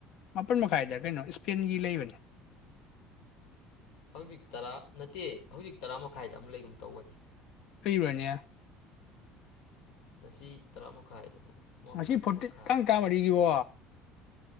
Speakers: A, on the left (about 55°); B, on the left (about 80°).
A: ꯃꯥꯄꯜ ꯃꯈꯥꯏꯗ ꯀꯩꯅꯣ ꯏꯁꯄꯦꯟꯒꯤ ꯂꯩꯕꯅꯤ
B: ꯍꯧꯖꯤꯛ ꯇꯔꯥ ꯅꯠꯇꯦ ꯍꯧꯖꯤꯛ ꯇꯔꯥ ꯃꯈꯥꯏꯗ ꯑꯃ ꯂꯩꯒꯨꯝ ꯇꯧꯕꯅꯤ
A: ꯑꯩ ꯕꯅꯦ
B: ꯉꯁꯤ ꯇꯔꯥ ꯃꯈꯥꯏꯗ ꯃꯥꯄꯜ
A: ꯉꯁꯤ ꯐꯨꯔꯇꯤ
B: ꯃꯈꯥꯏ
A: ꯇꯥꯡ ꯇꯥꯃꯔꯤꯒꯤꯕꯣ